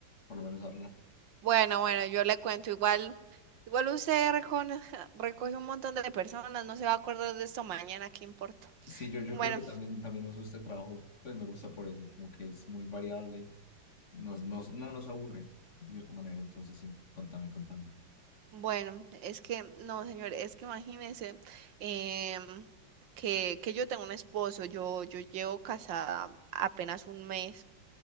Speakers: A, on the left; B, on the right.
A: por lo menos hablar.
B: bueno, bueno, yo le cuento igual, igual usted recone- <laughs> recoge un montón de personas, no se va a acordar de esto mañana, qué importa.
A: Sí, yo, yo
B: Bueno.
A: creo que también, también uso este trabajo, pues me gusta por eso, como que es muy variable, nos, nos, no nos aburre de cierta manera, entonces sí, contame, contame.
B: Bueno, es que, no, señor, es que imagínese em, que, que yo tengo un esposo, yo, yo llevo casada apenas un mes,